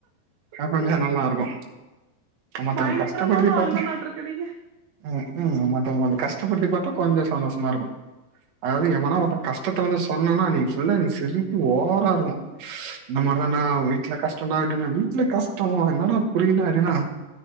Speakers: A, on the right (about 60°); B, on the right (about 75°).
A: அ
B: ம்.
A: கொஞ்ச நல்லா இருக்கு மத்தவங்க
B: பயங்கரமான
A: கஷ்டப்படுத்தி பாத்து
B: ஆளுங்கனாட்ருக்கு நீங்க.
A: அ ம் மத்தவங்க கொஞ்ச கஷ்டப்படுத்தி பாத்தா கொஞ்ச சந்தோஷமா இருக்கு அதாவது எவனா ஒருத்த கஷ்டத்த வந்து சொன்னனா அன்னிக்கு ஃபுல்லா எனக்கு சிரிப்பு ஓவரா இருக்கு இந்த மா எதானா வீட்ல கஷ்ட டா அப்டின்ன வீட்ல கஷ்டமா என்னடா புரியல அப்டின்னா